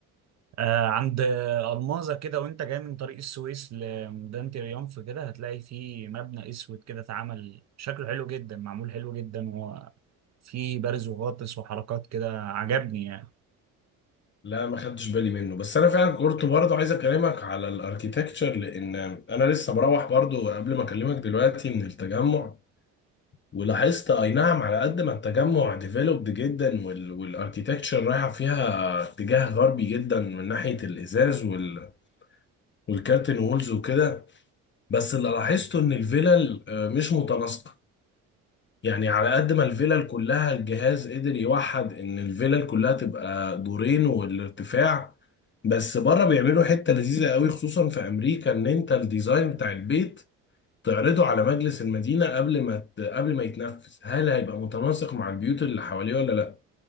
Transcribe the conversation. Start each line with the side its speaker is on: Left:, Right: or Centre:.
Right: آه عند الماظه كده وانت جاي من طريق السويس لميدان تريومف كده هتلاقي فيه مبنى اسود كده اتعمل شكله حلو جدا معمول حلو جدا وفيه بارز وغاطس وحركات كده عجبني
Left: لا ما خدتش بالي منه بس انا فعلا كنت برضه عايز اكلمك على الاركيتكتشر لان انا لسه مروح برضه قبل ما اكلمك دلوقتي من التجمع ولاحظت اي نعم على قد ما التجمع ديفلوبد جدا وال والاركيتكتشر رايحه فيها اتجاه غربي جدا من ناحيه الازاز وال والكارتن وولز وكده بس اللي لاحظته ان الفيلل آه، مش متناسقه يعني على قد ما الفيلل كلها الجهاز قدر يوحد ان الفيلل كلها تبقى دورين والارتفاع بس بره بيعملوا حتة لذيذة قوي خصوصا في امريكا ان انت الديزاين بتاع البيت تعرضه على مجلس المدينة قبل ما ت- قبل ما يتنفذ هل هيبقى متناسق مع البيوت اللي حواليه ولا لا